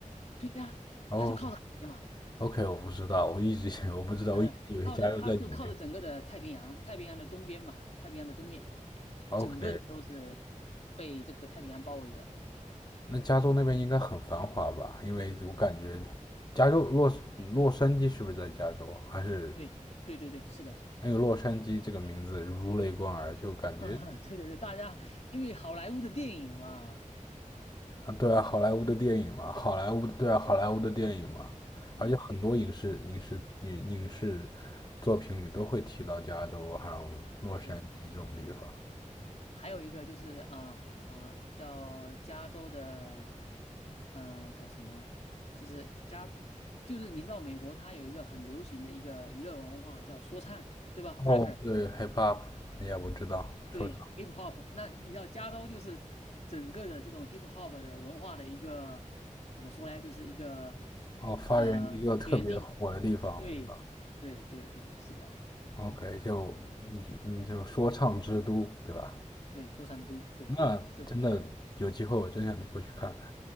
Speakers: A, on the left; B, on the left.
A: 对呀，
B: 哦、
A: 它就靠着海边嘛，
B: OK，我不知道，我一直 <laughs> 我不知道，
A: 嗯，
B: 我一直以为加州在纽约。
A: 靠着它就靠着整个的太平洋，太平洋的东边嘛，太平洋的东面，
B: OK，
A: 整个的都是被这个太平洋包围着。
B: 那加州那边应该很繁华吧？因为我感觉加州洛洛杉矶是不是在加州？还是
A: 对，对，对，对，是的，
B: 那个洛杉矶这个名字如雷贯耳，就感觉
A: <laughs> 对对对，是的，对对对，大家因为好莱坞的电影嘛，
B: 啊，对啊，好莱坞的电影嘛，好莱坞的对啊，
A: 对，
B: 好莱坞的电影嘛，
A: 嗯，
B: 而且很多影视影视影影视作品里都会提到加州还有洛杉矶这种地方。
A: 对呀，还有一个就是啊啊、呃呃叫加州的，呃，叫什么？就是加，就是你知道美国它有一个很流行的一个娱乐文化叫说唱，对吧？rapper。
B: 哦，对，hip hop，也我知道，说唱。
A: 对 hip hop，那你知道加州就是整个的这种 hip hop 的文化的一个怎么说呢？就是一个
B: 哦，发源一个特别火的地方，
A: 呃发源地。对对对对，
B: 对吧
A: 是的，
B: ？OK，就你就嗯就说唱之都，对吧？
A: 对说唱之都，对这边的
B: 那真的有机会，我真想去过去看看。